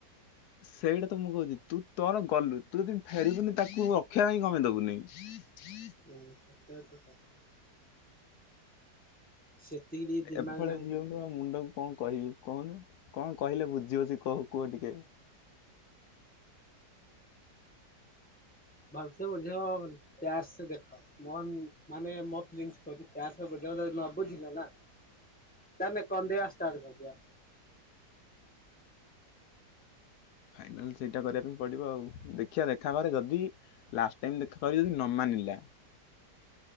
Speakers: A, on the left; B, in the centre.
A: ସେଇଟା ତ ମୁଁ କହୁଛି ତୁ ତୋର ଗଲୁ ତୁ ଯଦି ଫେରିବୁନି ତାକୁ ରଖିବା ପାଇଁ କମେଇ ଦବୁନି। ହୁଁ
B: ହୁଁ ସେତା ତ। ସେତିକି ଟିକେ ଦିମାଗ
A: ଏଭଳିଆ
B: ନାହିଁ
A: ଝିଅଙ୍କୁ
B: ତାଙ୍କର।
A: ଆଉ ମୁଣ୍ଡକୁ କଣ କହିବି କହୁନ କଣ କହିଲେ ବୁଝିିବ ସିଏ କହୁ କୁହ ଟିକେ।
B: ଭଲସେ ବୁଝେଇବ ଅ ପିଆର ସେ ଦେଖ। ମନ ମାନେ ମୋ <unintelligible> ବୁଝିଲା ନା। ରେ କଦ୍ଧେଆ ଷ୍ଟାର୍ଟ କରିଦିଆ।
A: ଫାଇନାଲ ସେଇଟା କରିବା ପାଇଁ ପଡିବ ଆଉ ଦେଖିବା ଦେଖା କର ଯଦି। ଲାଷ୍ଟ ଟାଇମ ଦେଖା କର ଯଦି ନ ମାନିଲା।